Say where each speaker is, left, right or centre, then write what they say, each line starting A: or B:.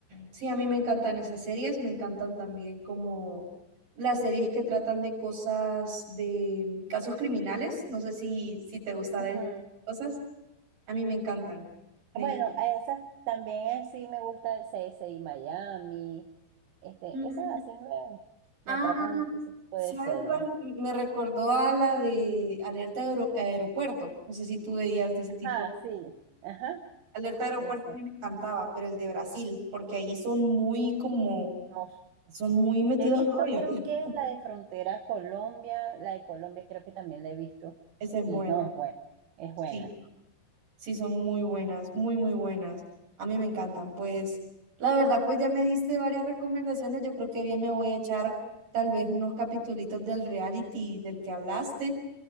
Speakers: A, on the right (about 45°); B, on the right (about 80°).
A: Sí, a mí me encantan esas series, me encantan también como las series que tratan de cosas, de casos criminales. No sé si, si te gusta
B: Ujú.
A: ver cosas. A mí me encantan. Me
B: Bueno,
A: enc-
B: a esas también eh, sí me gusta el CSI Miami. Este,
A: Mm,
B: esas así me,
A: ah,
B: me atrapan mucho ese tipo
A: ¿Sabes
B: de series.
A: cuál? Me recordó a la de Alerta Aero- Aeropuerto. No sé si tú veías de ese
B: Ajá,
A: tipo.
B: sí, ajá,
A: Alerta Aeropuerto
B: esa.
A: a mí me encantaba, pero el de Brasil, porque ahí son muy como,
B: No,
A: son muy metidos
B: he visto,
A: al rollo.
B: creo
A: <laughs>
B: que es la de Frontera Colombia, la de Colombia creo que también la he visto.
A: Ese es bueno.
B: Y no, es buena, es
A: sí.
B: buena.
A: Sí, son muy buenas, muy, muy buenas. A mí me encantan. Pues, la verdad, pues ya me diste varias recomendaciones. Yo creo que bien me voy a echar tal vez unos capitulitos del reality del que hablaste.